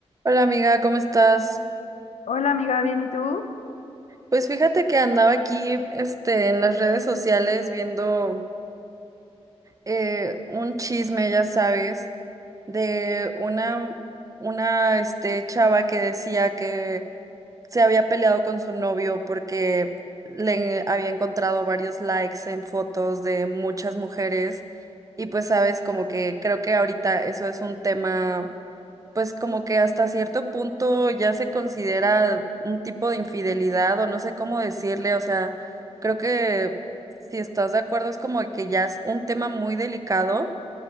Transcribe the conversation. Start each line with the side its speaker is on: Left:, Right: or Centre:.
Right: Hola amiga, ¿cómo estás?
Left: Hola amiga, ¿bien y tú?
Right: Pues fíjate que andaba aquí, este, en las redes sociales viendo eh, un chisme, ya sabes, de una, una, este, chava que decía que se había peleado con su novio porque le había encontrado varios likes en fotos de muchas mujeres y pues sabes, como que creo que ahorita eso es un tema pues como que hasta cierto punto ya se considera un tipo de infidelidad o no sé cómo decirle, o sea, creo que si estás de acuerdo es como que ya es un tema muy delicado